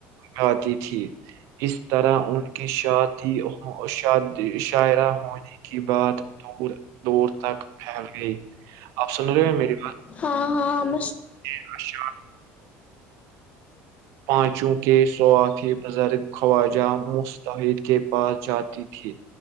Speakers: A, on the right; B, on the left.
A: گاتی تھی <unintelligible> اس طرح ان کی شادی شادی شاعرہ ہونے کی بات دور دور تک پھیل گئی آپ سن رہے ہو میری
B: ہاں ہاں ہم
A: بات پانچوں کے صوافی بزرگ خواجہ مستحد کے پاس جاتی